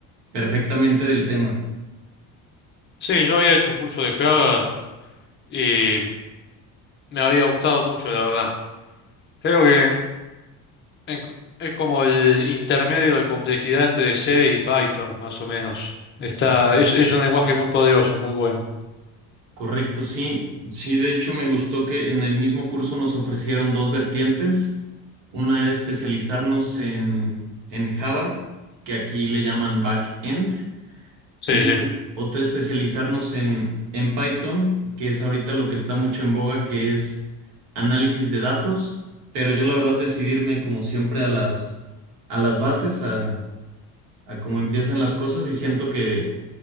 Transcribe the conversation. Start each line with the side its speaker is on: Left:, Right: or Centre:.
Right: perfectamente del tema.
Left: Sí, yo había hecho un curso de Java y me había gustado mucho, la verdad. Creo que en- es como el intermedio de complejidad entre C y Python, más o menos. Está,
Right: Exacto.
Left: es, es un lenguaje muy poderoso, muy bueno.
Right: Correcto, sí. Sí, de hecho me gustó que en el mismo curso nos ofrecieron dos vertientes. Una era especializarnos en, en Java, que aquí le llaman backend,
Left: Sí,
Right: y
Left: sí.
Right: otra especializarnos en, en Python, que es ahorita lo que está mucho en boga, que es análisis de datos. Pero yo la verdad decidirme como siempre a las, a las bases, a, a cómo empiezan las cosas y siento que